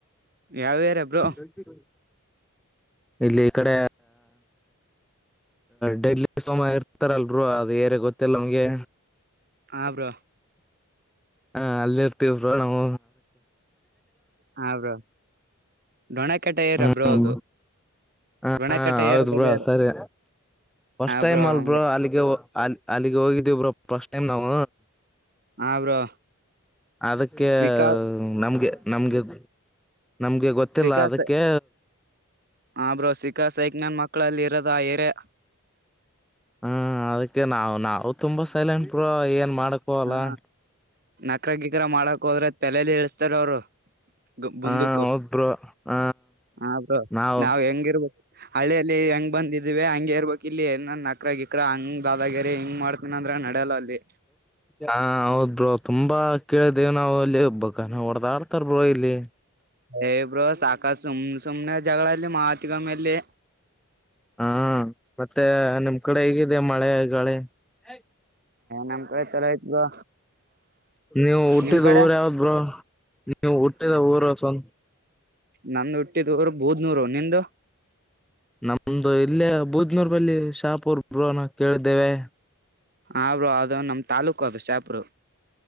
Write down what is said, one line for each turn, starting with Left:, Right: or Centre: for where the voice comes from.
Right: ಯಾವ ಏರಿಯಾ ಬ್ರೋ
Centre: <inaudible> ಇಲ್ಲಿ ಈ ಕಡೆ ಡೆೈಲಿ ಸಮಯ ಹತಾರಲ್ರು ಅದು ಏರ್ಯಾ ಗೊತ್ತಿಲ್ಲ ನಮ್ಗೆ
Right: ಹಾ ಬ್ರೋ
Centre: ಹಾ ಅಲ್ಲಿ ಇರ್ತೀವಿ ಬ್ರೋ ನಾವು
Right: ಹಾ ಬ್ರೋ ಡೊಣೆಕಟೆ ಏರ
Centre: ಹ್ಮ್
Right: ಬ್ರೋ ಅದು
Centre: ಹ
Right: ಡೊಣೆಕಟೆ
Centre: ಹೌದ್
Right: ಏರದಲ್ಲಿ
Centre: ಬ್ರೋ ಸರಿ ಫಸ್ಟ್
Right: ಹ
Centre: ಟೈಮ್
Right: ಬ್ರೋ
Centre: ಅಲ್
Right: ಹಂಗೆ
Centre: ಅಲ್ಲಿಗೆ ಅಲ್ಲಿಗೆ ಹೋಗಿದ್ದಿವಿ ಬ್ರೋ ಫಸ್ಟ್ ಟೈಮ್ ನಾವು
Right: ಹಾ ಬ್ರೋ
Centre: ಅದಕ್ಕೆ
Right: ಸಿಕಾ
Centre: ನಮ್ಗೆ ನಮ್ಗೆ ನಮ್ಗೆ ಗೊತ್ತಿಲ್ಲ
Right: ಶಿಕ
Centre: ಅದಕ್ಕೆ
Right: ಸ ಹಾ ಬ್ರೋ ಸಿಕಾ ಸೈಕ್ ನನ್ ಮ ಳಲ್ಲಿರದ ಆ ಏರಿಯಾ
Centre: ಹ್ಮ ಅದಕ್ಕೆ ನಾ್ ನಾವ ತುಂಬಾ ಸೈಲೆಂಟ್ ಬ್ರೋ ಏನ್ ಮಾಡಕ್ ಹೋಗಲ್ಲ
Right: ಹ್ಮ ನಕರಾ ಗಿಕರಾ ಮಾಡಕ್ ಹೋದ್ರ ತಲೆಯಲ್ಲಿ ಹೇಳೇಸ್ತಾರ ಅವ್ರು ಮುಂದಕ್ಕು
Centre: ಹಾ ಹೌದ್ ಬ್ರೋ ಹ
Right: ಹಾ ಬ್ರೋ
Centre: ನಾವು
Right: ನಾವ್ ಹೆಂಗಿರ್ಬೇಕು ಹಳ್ಳಿಯಲ್ಲಿ ಹೆಂಗ ಬಂದಿದ ಇದಿವೇ ಹಂಗೆ ಇರ್ಬೇಕ್ ಇಲ್ಲಿ ಏನ್ ನಕ್ರಾ ಗಿಕ್ರಾ ಕ್ರ ಹಂಗ್ ದಾದಾಗಿರಿ ಹಿಂಗ್ ಮಾಡ್ತನ ಅಂದ್ರ ನಡ್ಯಲ್ಲ ಅಲ್ಲಿ
Centre: ಹಾ ಹೌದ್ ಬ್ರೋ ತುಂಬ ಬಾ ಕೇಳ್ದೇವ್ ನಾವ ಅಲ್ಲಿಬ್ಬ ನ ಹೊಡದಾಡ್ತಾರ ಬ್ರೋ ಇಲ್ಲಿ
Right: ಏ ಬ್ರೋ ಸಾಕ ಸುಮ್ನೆ ಸುಮ್ನೆ ಜಗಳಲ್ಲಿ ಮಾತಿಗೊಮ್ಮೆ ಅಲ್ಲಿ
Centre: ಹಾ ಮತ್ತೆ ನಿಮ್ ಕಡೆ ಹೇಗಿದೆ ಮಳೆ ಗಾಳಿ <unintelligible>
Right: ನಮ್ಕಡೆ ಚುಲೋ ಅಯ್ತ ಬ್ರೋ
Centre: ನೀವು ಹುಟ್ಟಿದ
Right: ನಿಮ್ ಕಡೆ
Centre: ಊರ ಯಾವ್ದ ಬ್ರೋ ನೀವು ಹುಟ್ಟಿದ ಊರ ಸ್ವಂ
Right: ನನ್ನ ಹುಟ್ಟಿದರು ಬೂದ್ನೂರು, ನಿಂದು
Centre: ನಮ್ದು ಇಲ್ಲೇ ಬುದ್ ನೂರ್ ಬಲ್ಲಿ ಶಾಪೂರ್ ಬ್ರೊ ನಾವ್ ಕೇಳ್ದೇವೆ
Right: ಹಾ ಅದು ನಮ್ ತಾಲ್ಲೂಕು ಅದು ಶಾಪುರು